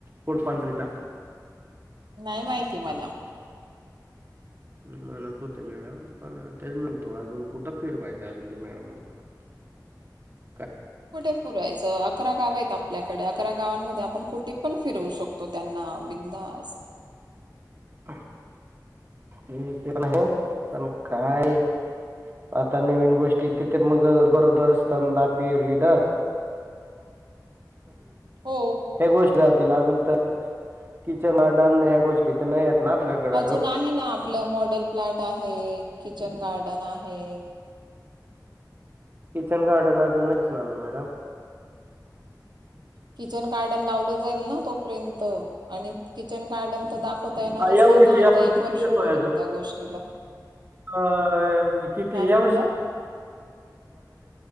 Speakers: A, on the right; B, on the right.
A: पोडपांढरीला
B: नाही माहिती मला.
A: म्हणत होते मॅडम पण तेच म्हणतो अजून कुठं फिरवायचं, अजून ते मॅडमांना. <unintelligible>
B: कुठे पुरायचं अकरा गाव आहेत. आपल्याकडे अकरा गावांमध्ये आपण कुठे, पण फिरवू शकतो त्यांना बधास्त,
A: हे ते पण आहे पण काय, आता नवीन गोष्टी तिथे मग गरोदर असत द पियर लिडर,
B: हो
A: हे गोष्ट जील अजून तर किचन गारडन ह्या गोष्टी तर नाही. ना आपल्याकडे
B: अजून आहे ना आपलं मॉडेल प्लॅट आहे. किचन गार्डन आहे.
A: किचन गारडन आजून नाही च ना, मॅडम,
B: किचन गार्डन लावलं जाईल ना तोपर्यंत, आणि किचन गार्डन तर दाखव. ता येणारच
A: या
B: नाही.
A: वर्षी
B: ना आता
A: आपण
B: एक
A: किती
B: वर्ष
A: देतोय
B: होऊन
A: अजून
B: गेल त्या गोष्टीला
A: अ किती
B: काय म्हणतात
A: या,